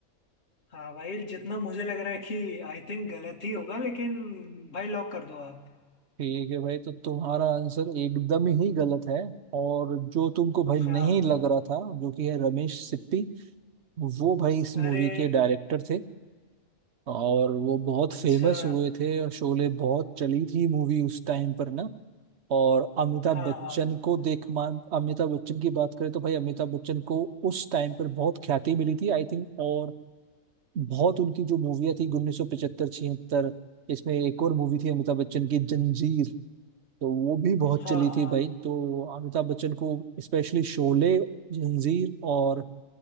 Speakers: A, on the left (about 50°); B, on the right (about 55°).
A: हाँ भाई जितना मुझे लग रहा है कि आई थिंक गलत ही होगा लेकिन भाई लॉक कर दो आप
B: ठीक है भाई तो तुम्हारा आंसर एकदम ही गलत है और जो तुमको भाई
A: हाँ
B: नहीं लग रहा था जो कि है रमेश सिप्पी वो भाई इस
A: अरे
B: मूवी के डायरेक्टर थे और वो बहुत फेमस
A: अच्छा
B: हुए थे और शोले बहुत चली थी मूवी उस टाइम पर ना और अमिताभ
A: हाँ
B: बच्चन
A: हाँ
B: को देख मान अमिताभ बच्चन की बात करें तो भाई अमिताभ बच्चन को उस टाइम पर बहुत ख्याति मिली थी आई थिंक और बहुत उनकी जो मूवियाँ थी उन्नीस सौ पचहत्तर छिहत्तर इसमें एक और मूवी थी अमिताभ बच्चन की जंजीर तो वो भी बहुत
A: हाँ
B: चली थी
A: हाँ
B: भाई तो अमिताभ बच्चन को स्पेशली शोले जंजीर और